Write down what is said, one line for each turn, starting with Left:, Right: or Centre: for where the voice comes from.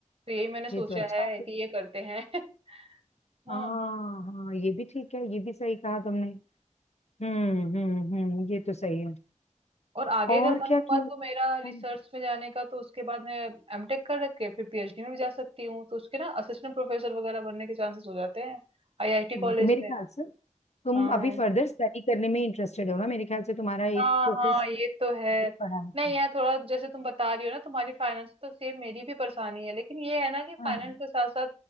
Right: यही मैंने सोचा
Left: ये तो अच्छा
Right: है कि
Left: है
Right: ये करते हैं <laughs> हाँ
Left: हाँ हाँ ये भी ठीक है ये भी सही कहा तुमने हम्म हम्म हम्म ये तो सही है
Right: और आगे
Left: और
Right: अगर मन
Left: क्या
Right: हुआ
Left: किया
Right: तो मेरा रिसर्च में जाने का तो उसके बाद मैं एमटेक कर रख के फिर पीएचडी में भी जा सकती हूँ तो उसके ना असिस्टेंट प्रोफेसर वगैरह बनने के चांसेस हो जाते हैं आईआईटी कॉलेज
Left: हाँ तो मेरे
Right: में
Left: ख्याल से तुम
Right: हाँ
Left: अभी फर्दर स्टडी करने में इंटरेस्टेड हो ना मेरे ख्याल से तुम्हारा एक
Right: हाँ
Left: फोकस
Right: हाँ ये तो है
Left: पढ़ाई
Right: नहीं
Left: पे।
Right: यार थोड़ा जैसे तुम बता रही हो ना तुम्हारी फाइनेंस तो सेम मेरी भी परेशानी है लेकिन ये है ना कि
Left: हाँ
Right: फाइनेंस के साथ साथ